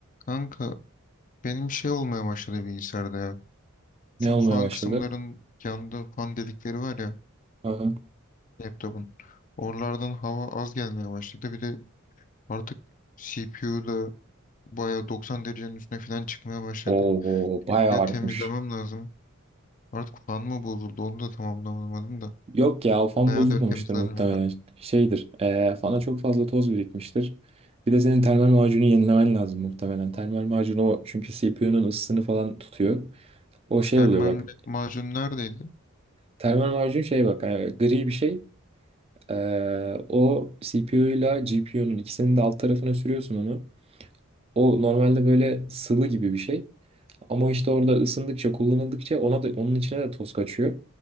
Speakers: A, on the left (about 35°); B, on the right (about 25°).
A: Kanka benim şey olmaya başladı bilgisayarda ya. Şu
B: Ne olmaya
A: fan
B: başladı?
A: kısımların yanında fan delikleri var ya
B: Aha.
A: laptopun. Oralardan hava az gelmeye başladı. Bir de artık CPU da bayağı 90 derecenin üstüne falan çıkmaya başladı.
B: Oo, bayağı
A: Ya
B: artmış.
A: temizlemem lazım. Artık fan mı bozuldu onu da tamamlamadım da.
B: Yok ya o fan
A: Bayağıdır
B: bozulmamıştır
A: temizlenmiyordu.
B: muhtemelen. Şeydir. E, fana çok fazla toz birikmiştir. Bir de senin termal macunu yenilemen lazım muhtemelen. Termal macun o çünkü CPU'nun ısısını falan tutuyor. O şey
A: Termal
B: oluyor bak.
A: macun neredeydi?
B: Termal macun şey bak e, gri bir şey. E, o CPU ile GPU'nun ikisinin de alt tarafına sürüyorsun onu. O normalde böyle sıvı gibi bir şey. Ama işte orada ısındıkça, kullanıldıkça ona da onun içine de toz kaçıyor.